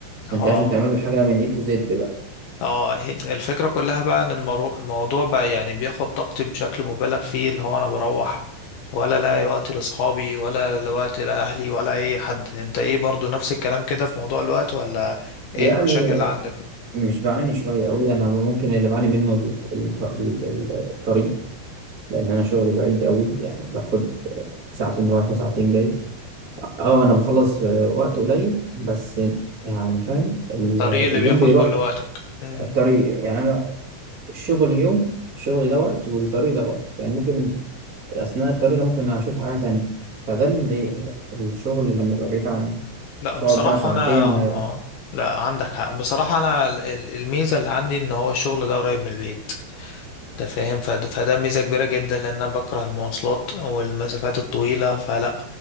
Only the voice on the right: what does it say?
فانت لازم تعمله الحاجه من اي تو زد بقى
يعني
مش بعاني شوية قوي أنا ممكن اللي بعاني منه ال- ال- ال- الطريق لأن أنا شغلي بعيد قوي يعني باخد ساعتين رايح وساعتين جاي أه أنا بخلص في وقت قليل بس يعني فاهم ال-
اليوم
بيروح
الطريق يعني أنا الشغل يوم الشغل ده وقت والطريق ده وقت يعني ممكن أثناء الطريق ده ممكن أشوف حاجة تانية فده اللي مضايقني بقى الشغل لما يبقى بعيد عنك
تقعد بقى ساعتين
آه،